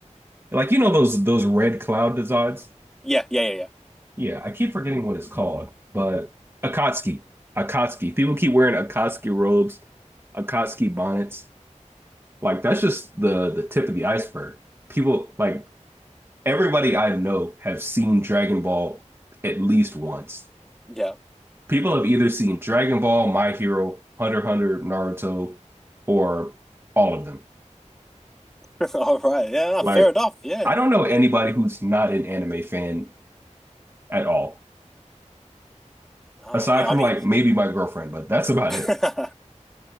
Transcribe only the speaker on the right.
like you know those those red cloud designs.
Yeah, I keep forgetting what it's called, but Akatsuki, Akatsuki. People keep wearing Akatsuki robes, Akatsuki bonnets. Like that's just the the tip of the iceberg. People like everybody I know have seen Dragon Ball at least once.
People have either seen Dragon Ball, My Hero, Hunter x Hunter, Naruto, or all of them.
Like,
I don't know anybody who's not an anime fan at all,
aside
from
like maybe my girlfriend, but that's about
it.